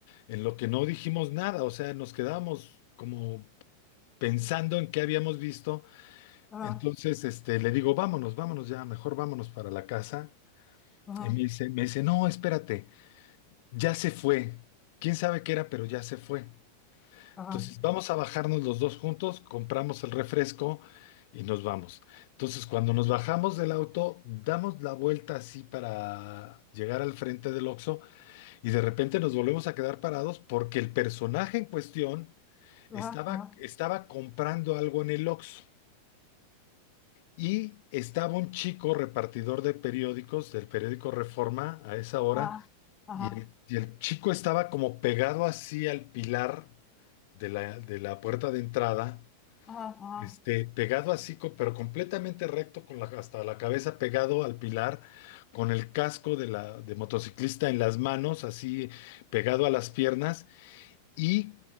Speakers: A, on the left (about 50°); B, on the left (about 20°).
A: en lo que no dijimos nada, o sea, nos quedábamos como pensando en qué habíamos visto.
B: Ajá,
A: Entonces, este, le digo, vámonos, vámonos ya, mejor vámonos para la casa.
B: ajá,
A: Y me dice, me dice, no, espérate, ya se fue. ¿Quién sabe qué era, pero ya se fue?
B: ajá,
A: Entonces vamos a bajarnos los dos juntos, compramos el refresco y nos vamos. Entonces cuando nos bajamos del auto, damos la vuelta así para llegar al frente del Oxxo y de repente nos volvemos a quedar parados porque el personaje en cuestión
B: ajá,
A: estaba,
B: ajá,
A: estaba comprando algo en el Oxxo. Y estaba un chico repartidor de periódicos del periódico Reforma a esa hora,
B: ajá, ajá,
A: y el, y el chico estaba como pegado así al pilar de la, de la puerta de entrada
B: ajá, ajá.
A: este, pegado así, co- pero completamente recto con la, hasta la cabeza, pegado al pilar, con el casco de la de motociclista en las manos, así pegado a las piernas y